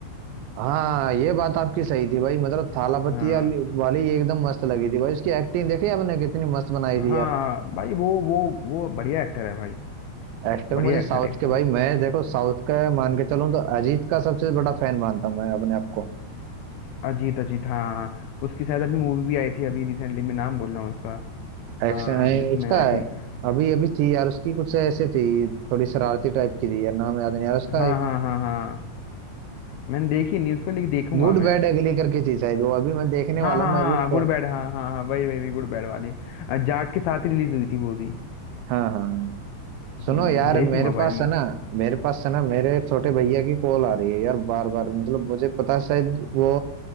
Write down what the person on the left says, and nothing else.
हाँ
हाँ
भाई वो वो वो बढ़िया एक्टर है भाई
बढ़िया
एक्टर
है एकदम
अजीत अजीत हाँ हाँ उसकी शायद अभी मूवी भी आई थी अभी रिसेंटली मैं नाम बोल रहा हूँ उसका
हाँ
जिसमें
आई
थिंक
हाँ
हाँ हाँ हाँ मैंने देखी नहीं उसको लेकिन देखूंगा
मैं
हाँ
हाँ
हाँ
गुड बैड हाँ हाँ हाँ वही वही वही गुड बैड वाली अ, जाट के साथ ही रिलीज हुई थी वो भी
हम्म
देखूंगा
भाई
मो